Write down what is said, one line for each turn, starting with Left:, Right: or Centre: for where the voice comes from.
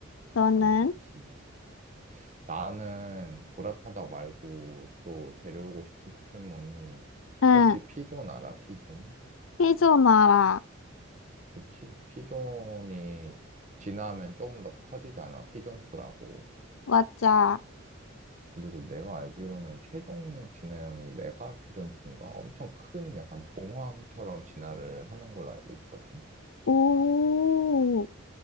Left: 너는?
Right: 아, 그치. 나는 고라파덕 말고 또 데려오고 싶은 포켓몬이
Left: 응,
Right: 혹시 피존 알아? 피존?
Left: 피조나라.
Right: 그치. 피존이 진화하면 조금 더 커지잖아. 피존2라고.
Left: 맞아.
Right: 그리고 내가 알기로는 최종 진화형이 메가 피존2인가? 엄청 큰 약간 봉황처럼 진화를 하는 걸로 알고 있거든.
Left: 오,